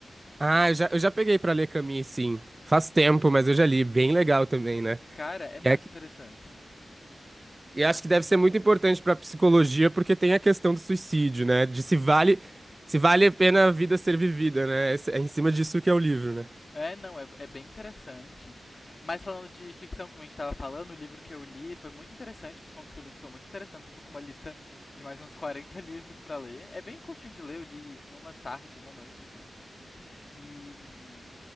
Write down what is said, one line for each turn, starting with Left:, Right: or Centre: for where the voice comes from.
Right: Ah, eu já, eu já peguei pra ler Camus, sim. Faz tempo, mas eu já li. Bem legal também, né?
Left: Cara, é muito
Right: E é que-
Left: interessante.
Right: e acho que deve ser muito importante pra psicologia, porque tem a questão do suicídio, né? De se vale, se vale a pena a vida ser vivida, né? Esse- É em cima disso que é o livro, né?
Left: É, não, é, é bem interessante. Mas falando de ficção, como a gente tava falando, o livro que eu li foi muito interessante. Os contos que eu li são muito interessantes. Eu tô com uma lista de mais uns 40 <laughs> livros pra ler. É bem curtinho de ler, eu li em uma tarde, uma noite, assim. E hum,